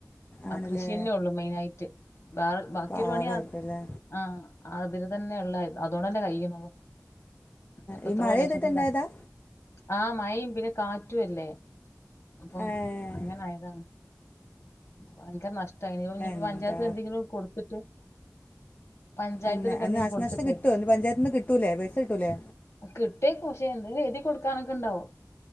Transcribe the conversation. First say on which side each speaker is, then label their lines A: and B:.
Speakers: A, on the left; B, on the left.
A: ആണല്ലേ
B: ആ കൃഷിയന്നേ ഉള്ളു മെയിന ആയിട്ട്. വേറെ ബാക്കിയരു
A: പാവായിപ്പോല്ലേ
B: പണിയ ആ അതിന് തന്നെയ ഉള്ള അതോണ്ടല്ലെ കഴ്യണുന്നത്. അപ്പൊത്രോ
A: ഈ മഴ ചെയ്തിട്ടുണ്ടായതാ
B: ലക്ഷത്തില്ല ആഹ മഴ പിന്നെ കാറ്റല്ലേ അപ്പം
A: ഏ
B: അങ്ങനെയതാണ്. ഭയങ്കര നഷ്ടമായി ഇനിപ്പോ
A: എന്താ
B: പഞ്ചായത്തി എന്തെങ്കിലും കൊടുത്തിട്ട്. പഞ്ചായത്തിലൊക്കെ
A: അന്ന അ
B: എന്തെങ്കിലും
A: നാശനഷ്ടം
B: കൊടുത്തിട്ടേ
A: കിട്ടുംന്ന് പഞ്ചായത്തി നിന്ന് കിട്ടൂലേ പൈസ കിട്ടൂലേ?
B: കിട്ടേ കോശേ എന്തെങ്കിലും എഴുതി കൊടുക്കാനൊക്കെ ഉണ്ടാവു.